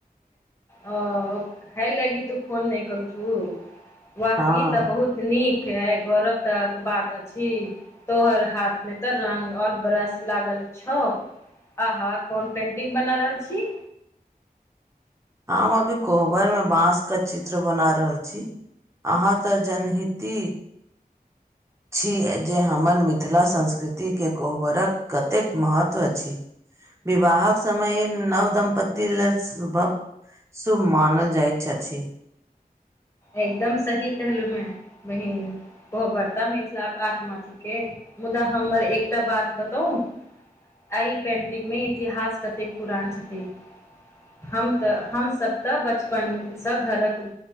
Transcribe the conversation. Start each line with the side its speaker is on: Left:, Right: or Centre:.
Left: ओ हय लगी तू फोन नय <unintelligible> वाह
Right: हँ
Left: ई तऽ बहुत नीक हइ गौरवता केँ बात अछि तोहर हाथ मे तऽ रंग आओर ब्रश लागल छो आहाँ कोन पेंटिंग बना रहल छी
Right: हम अभी कोहबर मे बाँस कऽ चित्र बना रहल छी अहाँ तऽ जनहिति छी जे हमर मिथिला संस्कृति केँ कोहबरक कतेक महत्व अछि विवाहक समय नव दम्पति लेल सुभ सुुभ मानल जाइत छथि
Left: एकदम सही कहलू मै बहिन ओ बड़ता मिथिलाक आत्मा थिकेँ मुदा हमर एकटा बात बताउ एहि पेन्टिंगमे इतिहास कतेक पुरान छथि हम तऽ हम सब तऽ बचपन सँ घरक